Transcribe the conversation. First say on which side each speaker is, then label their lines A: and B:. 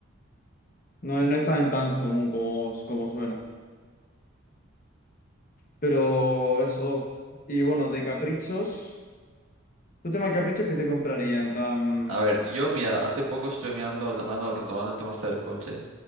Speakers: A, on the left; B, on the right.
A: No, es- no es tan, tan común como, como suena. Pero eso. Y bueno, de caprichos. ¿Tu tema de caprichos qué te compraría? En plan,
B: A ver, yo, mira, hace poco estuve mirando, hablando, retomando el tema este del coche.